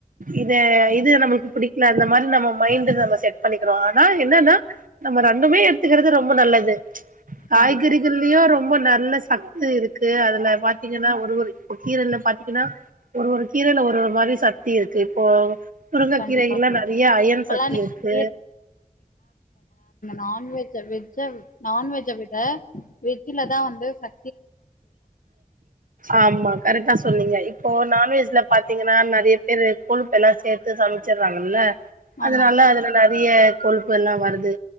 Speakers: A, on the right; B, on the left.
A: இத இது நம்மளுக்கு புடிக்ல அந்த மாரி நம்ம மைண்ட் டு நம்ம செட் பண்ணிக்கிறோ ஆனா என்னனா நம்ம ரெண்டுமே எடுத்துக்கறது ரொம்ப நல்லது காய்கறிகள்லியு
B: கண்டிப்பா
A: ரொம்ப நல்ல சத்து இருக்கு அதுல பாத்தீங்கன்னா ஒ ரு இப்ப கீரைல பாத்தீனா ஒரு ஒரு கீரைல ஒரு ஒரு மாரி சக்தி இருக்கு இப்போ முருங்க
B: கண்டிப்பா
A: கீரைகள்ல
B: தோழி
A: நெறயா அயன்
B: இப்பல்லா
A: சக்தி
B: நீங்க
A: இருக்கு
B: நான்வெஜ் வெஜ்ஜ நான்வெஜ்ஜ விட வெஜ்லதா வந்து ச
A: ஆமா கரெக்டா சொன்னீங்க இப்போ நான்வெஜ்ல பாத்தீங்கன்னா நெறைய பேரு கொலுப்பல்லா சேத்து சமை ச்சுட்றாங்கல்ல அதனால
B: ஆமா தோழி
A: அதுல நெறைய கொழுப்புல்லா வருது